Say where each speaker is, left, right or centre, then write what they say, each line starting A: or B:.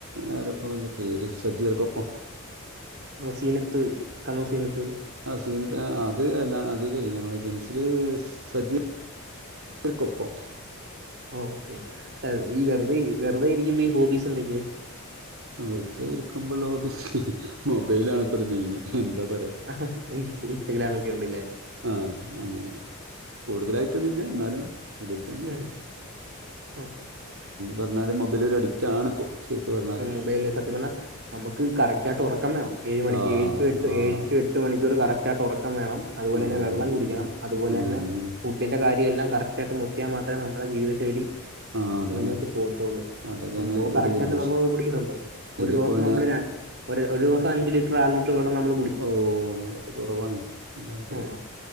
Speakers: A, on the right (about 75°); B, on the right (about 50°).
A: ആരപ്പ പേര് സജീർ കൊപ്പം
B: മുസീനത്ത് കണ്ണൂ സീനത്ത്
A: ആ സീനത്തെ അത് അല്ല അതിലേ നമ്മള് ജെൻസില് സജീവ ക്കൊപ്പം
B: ഓക്കെ ഈ വെറുതെ വെറുതെരിക്കുമ്പോ ഈ ഹോബീസ് എന്തൊക്കെയ
A: വറുതെ ഇരിക്കുമ്പോള്ള ഹോബീസ് മൊബൈലാണ് ഇപ്പ അത് മെയിന് എന്താ പറയാ
B: ആ ഇ ഇൻസ്റ്റഗ്രാം ഒക്കെ ഉണ്ടില്ലേ
A: ആഹ അങ്ങനെ കൂടുതലായിട്ടൊന്നുമില്ല എന്നാലും അതിൽ തന്നെയാണ്
B: ഉം. ഉം.
A: പറഞ്ഞാല് മൊബൈലൊ ഒരു അഡിക്റ്റ ആണ് ഇപ്പോ ശരിക്ക് പറഞ്ഞാൽ
B: മൊബൈല സത്യം പറല്ലാ നമുക്ക് കറക്റ്റ് ആയിട്ട് ഉറക്കം വേണം ഏഴ് മണിക്ക്
A: ആ
B: ഏഴ എട്ട്
A: ആ
B: ഏഴ് എട്ട് മണിക്കൂർ കറക്റ്റയിട്ട് ഉറക്കം വേണം അതുപോലെന്നെ
A: ആഹ്
B: വെള്ളം കുടിക്കണം അതുപോലെ
A: ആഹ്
B: തന്നെ ഫുഡിന്റെ കാര്യം എല്ലാം കറക്റ്റ് ആയിട്ട് നോക്കിയാൽ മാത്രമേ നമ്മളുടെ ജീവിതശൈലി
A: ആഹ് അതാണ്
B: മുന്നോട്ടു പോകത്തൊള്ളൂ
A: അതൊക്കെയാണ്
B: കറക്
A: ഒരു
B: വെള്ളം
A: വല്യ വിഷയം
B: നന്നായികുടിക്കുന്നുണ്ടോ ഒരു
A: ഇതിപ്പോ
B: ദിവസം നമ്മൾ
A: ഞാ
B: രണ്ടു ഒരു ദിവസം നമ്മൾ അഞ്ചുലിറ്റർ വെള്ളം നമ്മ
A: ഓഹ് അത് കുറവാണ് അതാണ്പ്പ
B: ഉം.
A: ഇത്